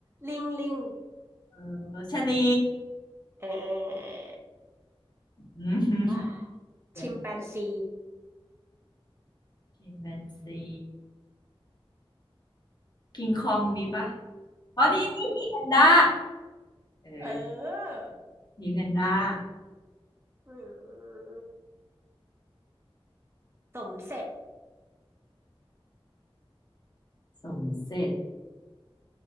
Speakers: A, on the right; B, on the left.
A: ลิงลิง
B: เออชะนี
A: เออ
B: อืม
A: ว่า
B: เด
A: ชิมแปนซี
B: ชิมแปนซีกิงคองมีปะอ๋อนี่นี่หมีแพนด้าเออ
A: เออ
B: หมีแพนด้า
A: อืมสมเสร็จ
B: สมเสร็จ